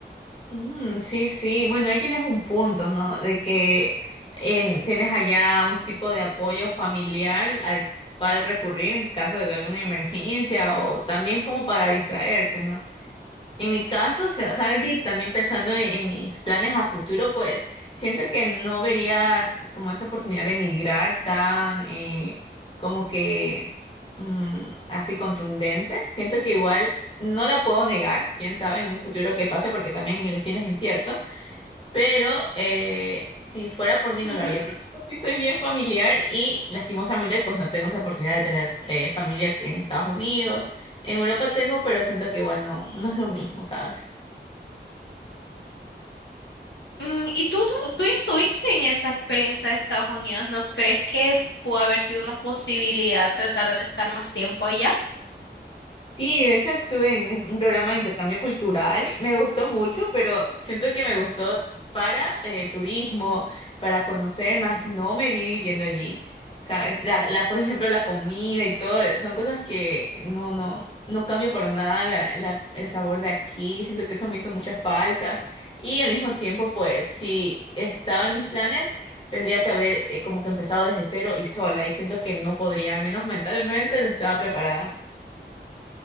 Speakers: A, on the left (about 30°); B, on the left (about 75°).
A: Mm, sí, sí. Bueno, ahí tienes un punto, ¿no? De que en- tienes allá un tipo de apoyo familiar al cual recurrir en caso de alguna emergencia o también como para distraerte, ¿no? En mi caso, o sea, sabes,
B: Sí.
A: también pensando en, en mis planes a futuro, pues siento que no vería como esa oportunidad de emigrar tan eh, como que mm, así contundente. Siento que igual no la puedo negar, quién sabe en un futuro qué pase, porque también el destino es incierto pero eh, si fuera por mí no
B: ujú.
A: lo haría, porque yo sí soy bien familiar y lastimosamente pues no tengo esa oportunidad de tener eh, familia en Estados Unidos. En Europa tengo, pero siento que igual no, no es lo mismo, ¿sabes?
B: Mm, ¿Y tú, tú, tú ya estuviste en esa experiencia de Estados Unidos? ¿No crees que pudo haber sido una posibilidad tratar de estar más tiempo allá?
A: Sí, de hecho estuve en es- un programa de intercambio cultural, me gustó mucho, pero siento que me gustó para eh, turismo, para conocer, más no me vi viviendo allí, ¿sabes? La, la, por ejemplo, la comida y todo, eh, son cosas que no, no, no cambio por nada la- la- el sabor de aquí, siento que eso me hizo mucha falta y al mismo tiempo, pues, si estaba en mis planes, tendría que haber eh, como que empezado desde cero y sola y siento que no podría, al menos mentalmente no estaba preparada.